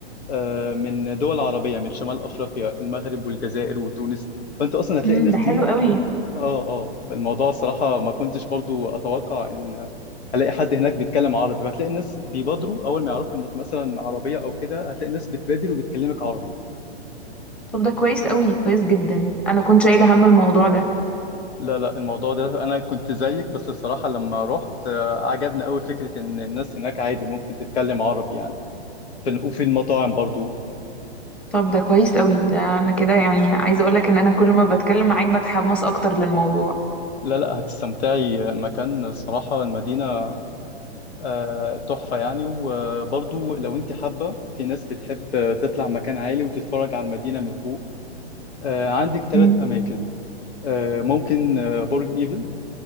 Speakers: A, on the left; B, in the centre.
A: آه، من دول عربيه من شمال افريقيا المغرب والجزائر وتونس فانت اصلا هتلاقي
B: امم
A: الناس
B: ده
A: دي
B: حلو قوي
A: اه اه فالموضوع صراحه ما كنتش برضو اتوقع ان هلاقي حد هناك بيتكلم عربي فهتلاقي الناس بيبادروا اول ما يعرفوا انك مثلا عربيه او كده هتلاقي الناس بتبادر وبتكلمك عربي
B: طب ده كويس قوي كويس جدا انا كنت شايلة هم الموضوع ده
A: لا لا الموضوع ده انا كنت زيك بس الصراحه لما رحت آه، عجبني قوي فكره ان الناس هناك عادي ممكن تتكلم عربي يعني في ال- وفي المطاعم برضو
B: طب ده كويس قوي ده انا كده يعني عايزه اقول لك ان انا كل ما بتكلم معاك بتحمس اكتر للموضوع
A: لا لا هتستمتعي مكان الصراحه المدينه آه، تحفه يعني وبرضو لو انت حابه في ناس بتحب تطلع مكان عالي وتتفرج على المدينه من فوق آه، عندك ثلاث
B: مم.
A: اماكن آه، ممكن آه، برج ايفل